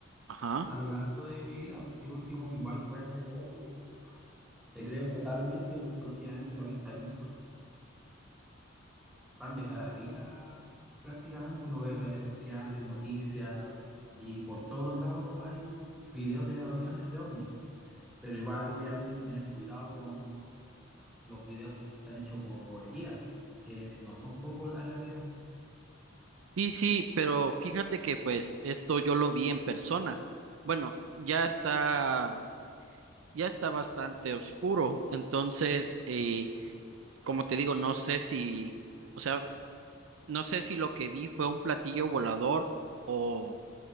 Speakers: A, on the right; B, in the centre.
A: Ajá.
B: a lo largo de mi vida. El último igual fue hace poco y te creo totalmente porque últimamente los avistamientos van de cada día prácticamente. Uno ve redes sociales, noticias y por todos lados hay videos de grabaciones de ovnis. Pero igual, obviamente, hay que tener cuidado con los videos que están hechos por IA, que no son pocos la realidad.
A: Sí, sí, pero fíjate que pues esto yo lo vi en persona. Bueno, ya está, ya está bastante oscuro, entonces, eh, como te digo, no sé si, o sea, no sé si lo que vi fue un platillo volador o